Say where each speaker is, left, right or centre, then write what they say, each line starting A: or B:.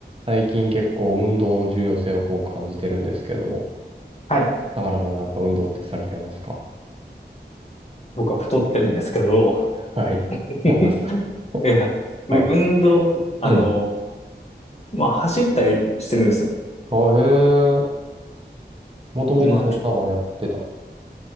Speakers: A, on the right; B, on the left.
A: 最近結構運動の重要性をこう感じてるんですけど、
B: はい。
A: 田原さんなんか運動ってされてますか
B: 僕は太ってるんですけど、
A: はい。
B: <laughs>
A: そうなんですか。<laughs> お
B: いや、運動、
A: はいはい。
B: あの
A: うん。
B: ーまあ、走ったりしてるんですよ。
A: あ、へえ。もともとそんなんはやってた。
B: まあ、ちょっと、
A: あ、